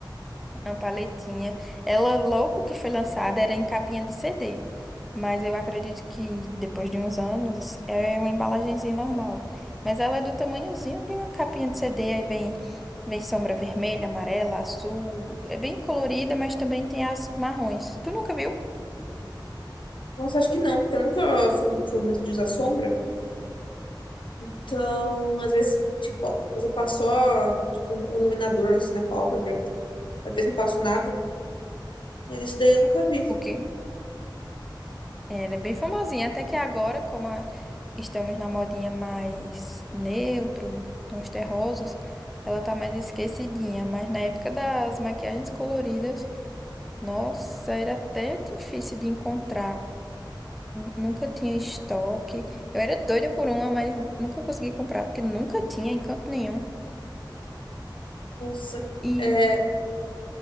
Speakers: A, in the centre; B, on the left.
A: Uma paletinha. Ela, logo que foi lançada, era em capinha de CD. Mas eu acredito que depois de uns anos é uma embalagenzinha normal. Mas ela é do tamanhozinho de uma capinha de CD. Aí vem, vem sombra vermelha, amarela, azul. É bem colorida, mas também tem as marrons. Tu nunca viu?
B: Nossa, acho que não, porque eu nunca fui, fui muito de usar sombra. Então, às vezes, tipo, às vezes eu passo só, tipo, um iluminador, assim, na pálpebra. Às vezes não passo nada. Mas esse daí eu nunca vi.
A: O quê? Ela é bem famosinha. Até que agora, como a- estamos na modinha mais neutro, tons terrosos, ela tá mais esquecidinha. Mas na época das maquiagens coloridas. Nossa, era até difícil de encontrar, nunca tinha estoque. Eu era doida por uma, mas nunca consegui comprar, porque nunca tinha em canto nenhum.
B: Nossa.
A: E
B: é,